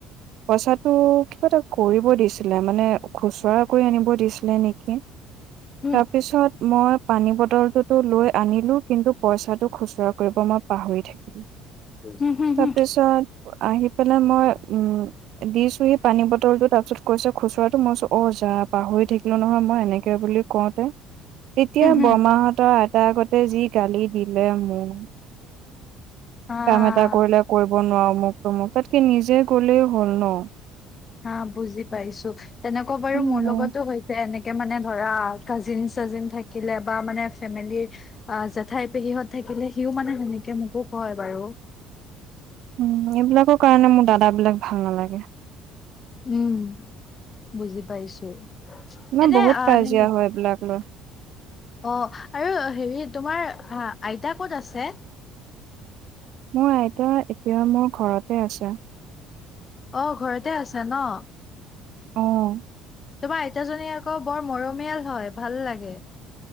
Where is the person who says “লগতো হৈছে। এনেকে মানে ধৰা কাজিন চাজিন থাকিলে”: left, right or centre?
Left